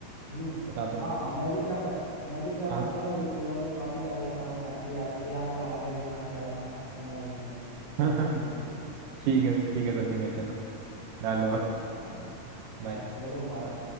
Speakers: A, on the left (about 30°); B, on the right (about 75°).
A: हम्म
B: बताता हूँ
A: हाँ
B: मैं
A: मैं भी क्या कर मैं भी क्या
B: हाँ
A: करता हूँ अभी कूलर में पानी डाल लेता हूँ ताकि या, याद आ जाए कि हाँ चलना है शिमला घूमने ठंडक
B: <laughs>
A: लेने
B: ठीक है ठीक है सचिन भाई चलो डालो अब
A: हाँ ठीक
B: Bye.
A: हाँ चलो बाय